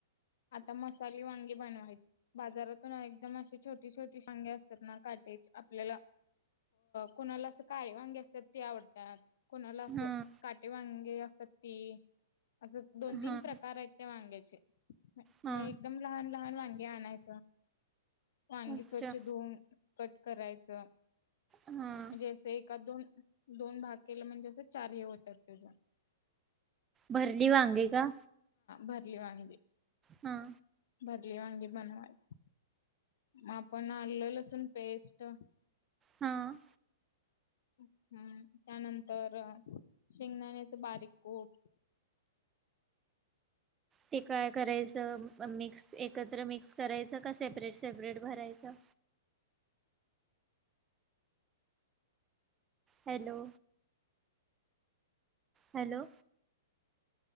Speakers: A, on the left; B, on the right.
A: आता मसाली वांगी बनवायची बाजारातून एकदम अशी छोटी छोटी वांगे असतात ना काटेची आपल्याला कुणाला अस काळे वांगी असतात ते आवडतात. कोणाला असं
B: हा
A: काटे वांग हे अस ती असं दोन तीन
B: हा
A: प्रकार आहेत त्या वांग्याचे. मग
B: हा
A: एकदम लहान लहान वांग घे आणयचं वांगी
B: अच्छा
A: स्वच्छ धुऊन कट करायचं.
B: हा
A: म्हणजें अस एकात दोन दोन भाग केला म्हणजे असं चारही होतात तेझ
B: भरली वांगे का
A: भरली वांगे
B: हां
A: भदले वांगी बनवायच म आपण आलल लसून. पेस्ट
B: हां
A: हम् त्यानंतर शेंगदाण्याचं बारीक कूट
B: ते काय करायचं मिक्स एकत्र मिक्स करायचं का सेपरेट सेपरेट भरायचं हॅलो. हॅलो